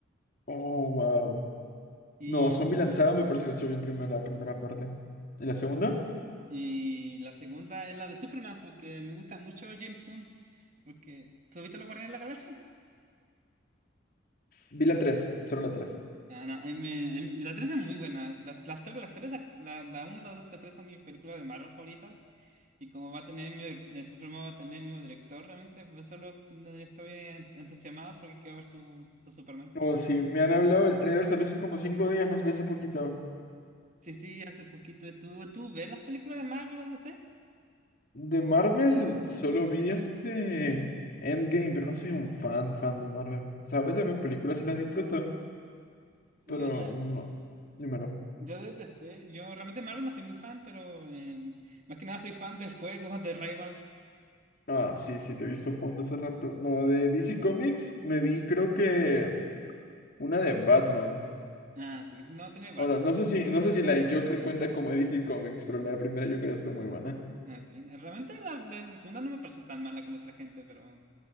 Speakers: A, on the left (about 50°); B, on the right (about 40°).
A: Oh, wow.
B: Y,
A: No, Zombieland Saga me parece que solo vi el primer, la primera parte. ¿Y la segunda?
B: y la segunda es la de Superman, porque me gusta mucho James Gunn, porque ¿tú viste Los Guardianes de la Galaxia?
A: Vi la tres solo la tres
B: Ah, no, a mí me- a mí- la 3 es muy buena. La, las tres, las tres, la, la uno la 2 y la 3 son mis películas de Marvel favoritas. Y como va a tener mi, eh, Superman va a tener mi director, realmente pues solo no, estoy en- entusiasmado porque quiero ver su, su Superman.
A: Oh, sí, me han hablado, el trailer salió hace como 5 días, no salió hace poquito.
B: Sí, sí, hace poquito estuvo. ¿Tú ves las películas de Marvel o D C
A: De Marvel solo vi este Endgame, pero no soy un fan, fan de Marvel. O sea, a veces veo películas y las disfruto,
B: Sí,
A: pero
B: o sea,
A: no. Dímelo.
B: Yo desde DC, yo realmente Marvel no soy muy fan, pero eh, más que nada soy fan del juego de Rivals.
A: Ah, sí, sí, te he visto jugando hace rato. No, de DC Comics me vi creo que una de Batman.
B: Ah, sí, no, tiene varias.
A: Ahora, no
B: pero-
A: sé si, no sé si la de Joker cuenta como de DC Comics, pero la de primera Joker estuvo muy buena.
B: Ah, sí, realmente la del segunda no me pareció tan mala como dice la gente, pero